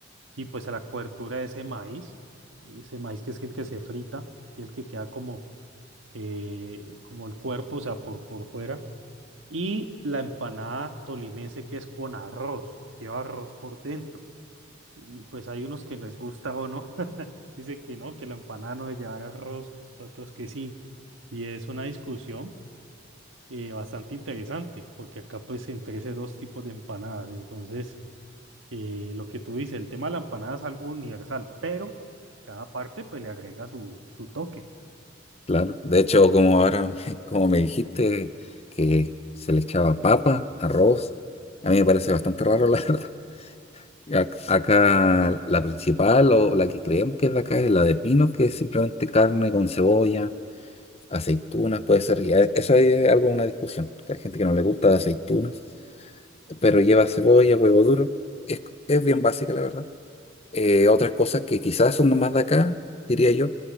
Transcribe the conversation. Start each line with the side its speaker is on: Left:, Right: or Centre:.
Right: y pues la cobertura de ese maíz, ese maíz que es el que se frita y el que queda como, eh, como el cuerpo, o sea, por, por fuera. Y la empanada tolimense que es con arroz, lleva arroz por dentro. Y pues hay unos que les gusta o no. <laughs> Dice que no, que la empanada no debe llevar arroz, otros que sí. Y es una discusión eh, bastante interesante, porque acá pues entre esos dos tipos de empanadas. Entonces, eh, lo que tú dices, el tema de la empanada es algo universal, pero cada parte pues le agrega su, su toque.
Left: Claro. De hecho, como ahora, <laughs> como me dijiste, que se le echaba papa, arroz, a mí me parece bastante raro, la <laughs> verdad. Ac- Acá la principal o la que creemos que es de acá es la de pino, que es simplemente carne con cebolla, aceitunas, puede ser. y a- Eso ahí es algo, una discusión. que Hay gente que no le gusta aceitunas. pero lleva cebolla, huevo duro. Es, es bien básica, la verdad. Eh, otras cosas que quizás son nomás de acá, diría yo,